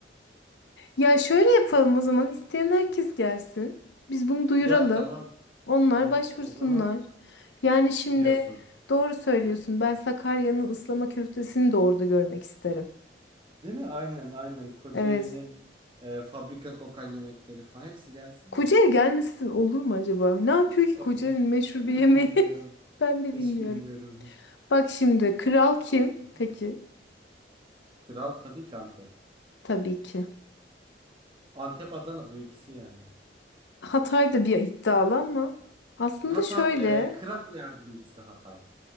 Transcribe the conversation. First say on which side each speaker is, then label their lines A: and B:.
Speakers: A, on the left; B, on the right.
A: Ya şöyle yapalım o zaman. İsteyen herkes gelsin. Biz bunu duyuralım.
B: Ya tamam.
A: Onlar
B: Evet,
A: başvursunlar.
B: o zaman
A: Yani şimdi
B: diyorsun.
A: doğru söylüyorsun. Ben Sakarya'nın ıslama köftesini de orada görmek isterim.
B: Değil mi? Aynen aynen. Kocaeli'nin
A: Evet.
B: e, fabrika kokan yemekleri falan hepsi gelsin
A: Kocaeli
B: yani.
A: gelmesi de olur mu acaba? Ne yapıyor ki Kocaeli'nin
B: Olur.
A: meşhur
B: <laughs>
A: bir yemeği?
B: Bilmiyorum.
A: <laughs> Ben de
B: Hiç
A: bilmiyorum.
B: bilmiyorum hiç.
A: Bak şimdi kral kim?
B: Hı
A: Peki
B: hı. Kral tabii ki Antep.
A: tabii ki.
B: Antep Adana bu ikisi yani.
A: Hatay da bir iddialı ama aslında
B: Hatay
A: şöyle.
B: e, kral yardımcısı Hatay.